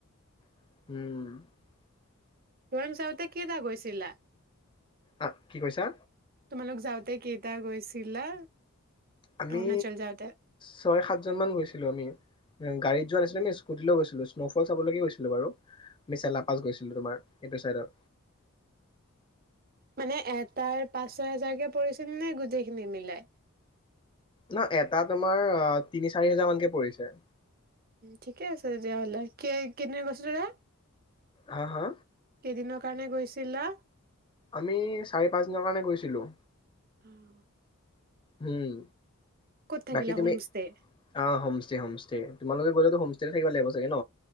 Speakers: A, on the left (about 20°); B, on the right (about 40°).
A: উহ
B: ওৱাঙ যাওঁতে কেইটা গৈছিলা
A: আ কি কৈছা?
B: তোমালোক যাওতে কেইটা গৈছিলা।
A: আমি
B: অৰুণাচল যাওঁতে?
A: ছয় সাত। জন মান গৈছিলো আমি গাড়ীত যোৱা নাছিলো আমি স্কুটি লৈ গৈছিলো স্ন'ফল চাবলৈকে গৈছিলো বাৰু। মিচেলা পাছ গৈছিলো তোমাৰ এইটো চাইডত।
B: মানে এটাৰ পাঁচ ছয় হেজাৰকে পৰিছিল নে গোটেইখিনি মিলাই।
A: ন এটা তোমাৰ তিনি চাৰি হোজাৰ মানকে পৰিছে।
B: ঠিকে আছে তেতিয়াাহ'লে কি কেতিয়া গৈছিলা।
A: হা হা।
B: কেইদিনৰ কাৰণে গৈছিলা।
A: আমি চাৰি পাঁচদিনৰ কাৰণে গৈছিলোঁ।
B: উম
A: হম।
B: থাকিলা
A: বাকী তুমি
B: হোম ষ্টে?
A: অ হমষ্টে হমষ্টে তোমালোকে গ'লেটো। তেতে থাকিব লাগিব চাগে ন।